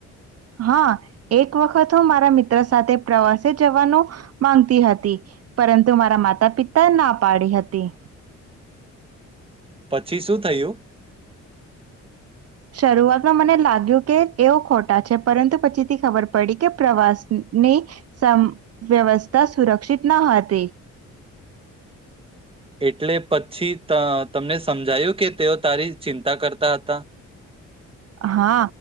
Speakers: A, on the right; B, on the right.
A: હા એક વખત હું મારા મિત્ર સાથે પ્રવાસે જવાનું માંગતી હતી પરંતુ મારા માતા પિતા ના પાડી હતી.
B: પછી શું થયું.
A: શરૂઆતમાં મને લાગ્યું કે એઓ ખોટા છે પરંતુ પછીથી ખબર પડી કે પ્રવાસની સમ વ્યવસ્થા સુરક્ષિત ન હતી.
B: એટલે પછી તમને સમજાયું કે તેઓ તારી ચિંતા કરતા હતા.
A: હા